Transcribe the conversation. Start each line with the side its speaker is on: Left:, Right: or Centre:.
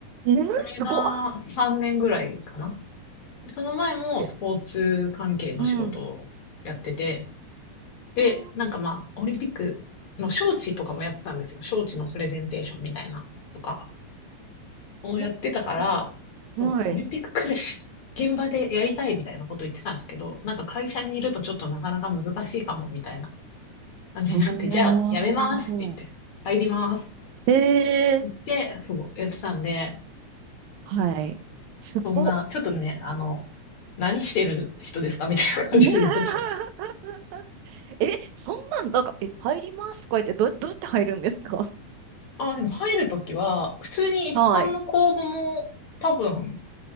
Right: えー、
Left: それが3年ぐらいかな。
Right: すごっ。
Left: でその前もスポーツ関係の仕事をやってて、
Right: え、えうん。
Left: で、
Right: あ
Left: なんかまあ、オリンピックの招致とかもやってたんですよ。招致のプレゼンテーションみたいなとか。をやってたから、
Right: ーえ、すごっ。はい。
Left: そうオリンピック来るし、現場でやりたいみたいなこと言ってたんですけど、なんか会社にいるとちょっとなかなか難しいかもみたいな感じになって、
Right: おー。
Left: <laughs> じゃあやめますって言って、入りますって
Right: えー、
Left: 言って、そう、やってたんで、
Right: はい。すごっ。
Left: そんな、ちょっとね、あの、何してる人ですかみたいな感じになっちゃう。
Right: <laughs> え、そんなん、なんか、え、入りますとか言って、どう、どうやって入るんですか <laughs>
Left: あ、でも入るときは、普通に一般の公募も多分
Right: はい。